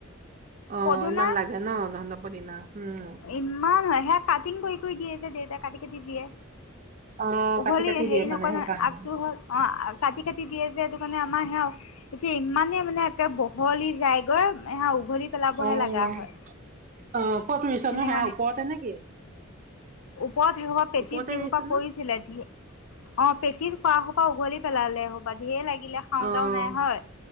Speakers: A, on the right; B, on the left.
A: অ
B: পদুনা,
A: ইমান লাগে ন তহঁতৰ পদিনা উম
B: ইমান আহে কাটিং কৰি- কৰি দিয়ে যে দেউতাই কাটি -কাটি দিয়ে।
A: অ
B: উভলি
A: কাটি কাটি
B: হেৰি',
A: দিয়ে মানে
B: নকৰে
A: সেইকাৰণে
B: আগটো হল অ', কাটি -কাটি দিয়ে যে সেইটো কাৰণে আমাৰ সে এতিয়া ইমানেই মানে একে বহলি যায়গৈ এয়া', উঘলি পেলাবহে
A: অ ',
B: লগা
A: ইমান
B: হয়।
A: অ', কত ৰুইছা
B: তেনেকুৱা
A: সেয়া ওপৰতে নেকি?
B: পথ সসোপা পেটিত
A: ওপৰতে
B: দিসোপা
A: ৰুইছে নে?
B: কৰিছিলে ধিয়ে অ', পেটিত খোৱা সোপা উঘলি পেলালে হব ধে লাগে। দিলে খাওঁ
A: অ',
B: দাও নাই হয়